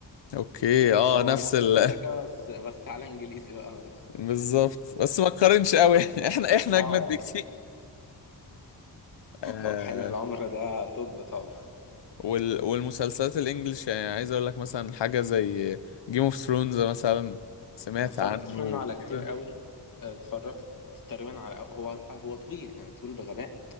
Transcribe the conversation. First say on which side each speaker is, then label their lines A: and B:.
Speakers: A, on the left; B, on the left.
A: اوكي اه
B: هو
A: نفس
B: نفس
A: ال
B: الفكرة كده بس بس على انجليزي بقى
A: <laughs> بالظبط بس ما تقارنش قوي <laughs> احنا احنا
B: <laughs> اه
A: اجمد
B: يعني
A: بكتير آه
B: هو حلم العمر ده طب طبعا
A: وال... والمسلسلات الانجليش يعني عايز اقول لك مثلا حاجة زي جيم اوف ثرونز مثلا سمعت
B: ما اتفرجتش
A: عنه
B: منه على كتير
A: كده
B: قوي اتفرجت تقريبا على هو هو طويل يعني طويل بغباء